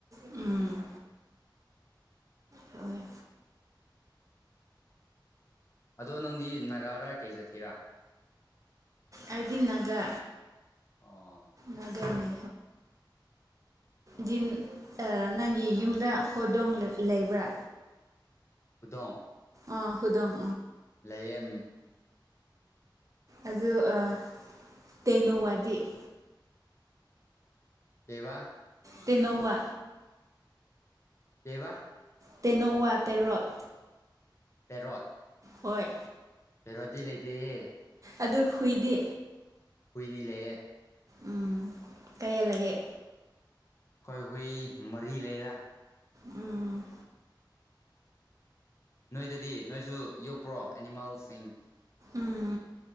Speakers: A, on the right; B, on the left.
A: ꯎꯝ ꯍꯣꯏ
B: ꯑꯗꯣ ꯅꯪꯗꯤ ꯅꯥꯒꯥꯔ ꯀꯩ ꯖꯥꯇꯤꯔꯥ
A: ꯑꯩꯗꯤ ꯅꯒꯥ
B: ꯑꯣ
A: ꯅꯒꯥꯅꯤ ꯗꯤꯟ ꯅꯪꯒꯤ ꯌꯨꯝꯗ ꯍꯣꯗꯣꯡ ꯂꯩꯕ꯭ꯔꯥ
B: ꯍꯧꯗꯣꯡ
A: ꯑꯥ ꯍꯨꯗꯣꯡ
B: ꯂꯩꯌꯦ
A: ꯑꯗꯨ ꯑꯥ ꯇꯦꯅꯣꯋꯥꯗꯤ <inaudible>
B: ꯀꯩꯕ
A: ꯇꯦꯅꯧꯋꯥ
B: ꯀꯩꯕ
A: ꯇꯦꯅꯣꯋꯥ ꯄꯦꯔꯣꯠ
B: ꯄꯦꯔꯣꯛ
A: ꯍꯣꯏ
B: ꯄꯦꯔꯣꯗꯤ ꯂꯩꯇꯦꯍꯦ
A: ꯑꯗꯨ ꯍꯨꯏꯗꯤ
B: ꯍꯨꯏꯗꯤ ꯂꯩꯌꯦ
A: ꯎꯝ ꯀꯩꯌꯦ ꯂꯩꯑꯦ
B: ꯍꯣꯏ ꯍꯨꯏ ꯃꯔꯤ ꯂꯩꯔ
A: ꯎꯝ
B: ꯅꯣꯏꯗꯗꯤ ꯅꯣꯏꯁꯨ ꯌꯣꯛꯄ꯭ꯔꯣ ꯑꯦꯅꯤꯃꯦꯜꯁꯤꯡ
A: ꯎꯝ